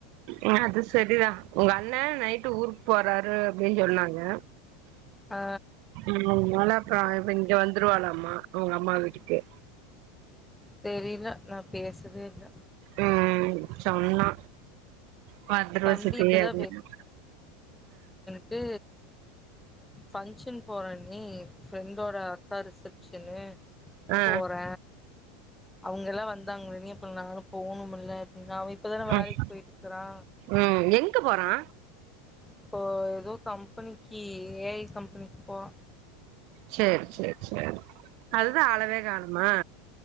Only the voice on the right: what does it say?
ஆ அது சரிதா உங்க அண்ண நைட்டு் ஊருக்கு போறாரு அப்டின்னு சொன்னாங்க
ம் அதுனால அப்ற இங்க வந்துருவாளம்மா அவங்க அம்மா வீட்டுக்கு
ம் சொன்னா பாத்ருவ
சித்தி அப்டின்ன
ஆ
ம்
ம் எங்க போறா
சேர் சேர் செரி அதுதா ஆளவே காணோமா